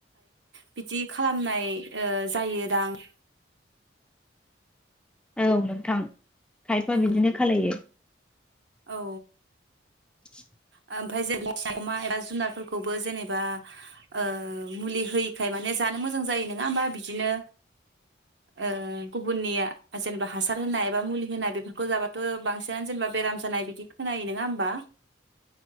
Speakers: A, on the right; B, in the centre.
A: बिदि खालामनाय ओ जायो दां
B: औ नोंथां खायफा
A: औ
B: बिदिनो खालायो
A: औ
B: <unintelligible>
A: ओ ओमफ्राय जेन अमा एबा जुनारफोरखौ खौबो जेनेबा ओ मुलि होयिखाय माने जानो मोजां जायो नङा होमबा बिदिनो ओ गुबुननि जेनेबा हासार होनाय एबा मुलि होनाय बेफोरखौ जाबाथ बांसिनानो जेनेबा बेराम जानाय बिदि खोनायो नङा होमबा